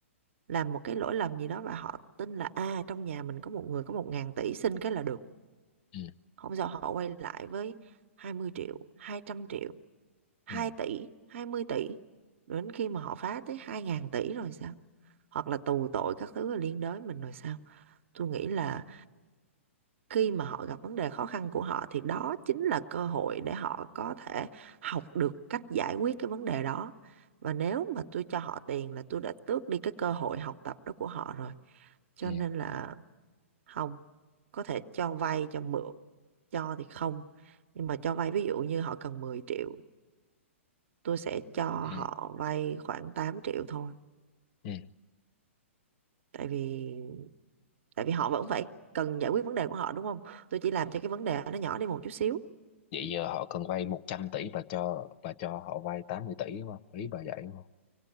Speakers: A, on the right; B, on the left.
A: làm một cái lỗi lầm gì đó và họ tin là à trong nhà mình có một người có một ngàn tỷ xin cái là được
B: ừ
A: không sao họ quay lại với hai mươi triệu hai trăm triệu hai
B: ừ
A: tỷ hai mươi tỷ đến khi mà họ phá tới hai ngàn tỷ rồi sao hoặc là tù tội các thứ liên đới mình rồi sao tôi nghĩ là khi mà họ gặp vấn đề khó khăn của họ thì đó chính là cơ hội để họ có thể học được cách giải quyết cái vấn đề đó và nếu mà tôi cho họ tiền là tôi đã tước đi cái cơ hội học tập đó của họ rồi cho
B: ừ
A: nên là không có thể cho vay cho mượn cho thì không nhưng mà cho vay ví dụ như họ cần mười triệu tôi sẽ cho
B: ừ
A: họ vay khoảng 8 triệu thôi
B: ừ
A: tại vì tại vì họ vẫn phải cần giải quyết vấn đề của họ đúng không tôi chỉ làm cho cái vấn đề nó nhỏ đi một chút xíu
B: vậy giờ họ cần vay 100 tỷ và cho và cho họ vay 80 tỷ đúng không ý bà vậy đúng không